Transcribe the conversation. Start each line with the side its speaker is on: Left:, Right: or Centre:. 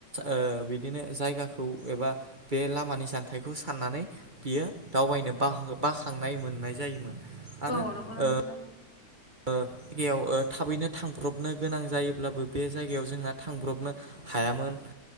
Right: ओ बिदिनो जायगाखौ एबा बे लामानि जानथाइखौ साननानै बियो दावबायनो बाखां बाखांनाय मोननाय जायोमोन। आरो
Left: औ नंगौ नोंथां
Right: ओ जायगायाव थाबैनो थांब्रबनो गोनां जायोब्लाबो बे जायगायाव जोंना थांब्रबनो हायामोन